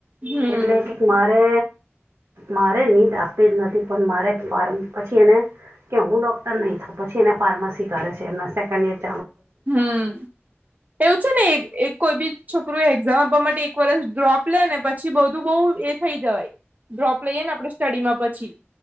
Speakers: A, on the right (about 35°); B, on the right (about 85°).
A: હમ
B: એટલે કે મારે મારે નીટ આપી જ નતી પણ મારે ફારમ પછી એને કે હું ડોક્ટર નહી થ પછી એને ફાર્માસી કરે છે એમના સેકન્ડ ઇયર
A: હમ એવું છે ને એક કોઈ બી છોકરું એક્ઝામ આપવા માટે એક વર્ષની ડ્રોપ લે ને પછી બધું બઉ થઈ જવાય ડ્રોપ લઈએ ને આપણેે સ્ટડી માં પછી